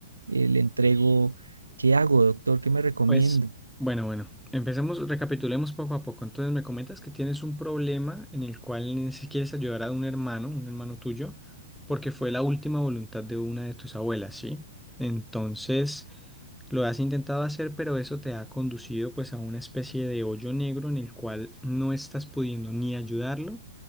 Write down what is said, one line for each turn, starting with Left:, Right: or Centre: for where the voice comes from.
Right: eh, le entrego, ¿qué hago, doctor? ¿Qué me recomienda?
Centre: Pues, bueno, bueno, empecemos, recapitulemos poco a poco. Entonces me comentas que tienes un problema en el cual ni si quieres ayudar a un hermano, un hermano tuyo, porque fue la última voluntad de una de tus abuelas, ¿sí? Entonces lo has intentado hacer, pero eso te ha conducido pues a una especie de hoyo negro en el cual no estás pudiendo ni ayudarlo